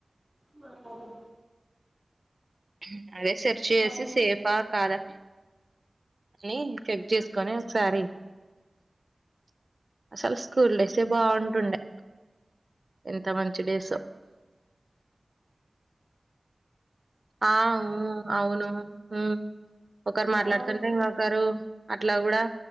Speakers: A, in the centre; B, on the right.
A: మాట్లడదు
B: <unintelligible> అదే సెర్చ్ చేసి
A: టాక్ అబౌట్
B: సేఫా
A: సంథింగ్
B: కాదా అని చెక్ జేసుకొని ఒకసారి అసలు స్కూల్ డేసే బాగుంటుండే ఎంత మంచి డేసో ఆ ఊ అవును ఉ ఒకరు మాట్లాడుతుంటే
A: అవును
B: ఇంగొకరు అట్లా గూడా